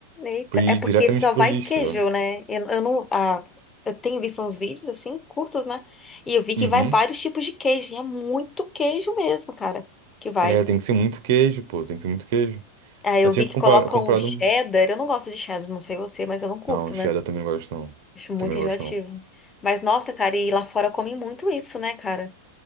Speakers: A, on the left; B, on the right.
A: Eita,
B: Foi
A: é porque
B: diretamente
A: só
B: pro
A: vai
B: lixo,
A: queijo,
B: velho.
A: né? Eu, eu não, ah, eu tenho visto uns vídeos assim, curtos, né? E eu vi que
B: Uhum.
A: vai vários tipos de queijo, e é muito queijo mesmo, cara, que vai.
B: É, tem que ser muito queijo, pô, tem que ser muito queijo.
A: Ah, eu
B: Eu tinha
A: vi que
B: compra-
A: colocam
B: comprado
A: cheddar.
B: um...
A: Eu não gosto de cheddar, não sei você, mas eu não curto,
B: Não, cheddar
A: né?
B: também não gosto, não.
A: Acho muito
B: Também não
A: enjoativo.
B: gosto, não.
A: Mas nossa, cara, e lá fora comem muito isso, né, cara?